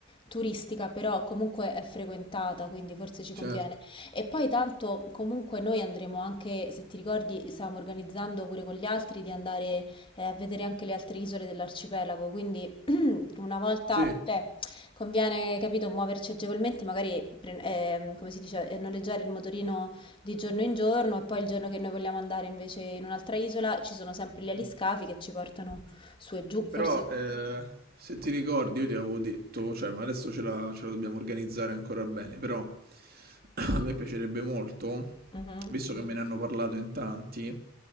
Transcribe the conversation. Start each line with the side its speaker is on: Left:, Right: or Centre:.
Left: turistica, però comunque è frequentata, quindi forse ci conviene.
Right: certo.
Left: E poi tanto comunque noi andremo anche, se ti ricordi, stavamo organizzando pure con gli altri di andare eh, a vedere anche le altre isole dell'arcipelago, quindi una volta,
Right: Sì,
Left: cioè, conviene, capito, muoverci agevolmente, magari, pre- ehm, come si dice, eh, noleggiare il motorino di giorno in giorno e poi il giorno che noi vogliamo andare invece in un'altra isola ci sono sempre gli aliscafi
Right: Mm.
Left: che ci portano su e giù,
Right: però
Left: forse...
Right: eh, se ti ricordi io ti avevo detto, cioè, ma adesso ce la, ce la dobbiamo organizzare ancora bene, però <clears throat> a me piacerebbe molto,
Left: Mhm.
Right: visto che me ne hanno parlato in tanti,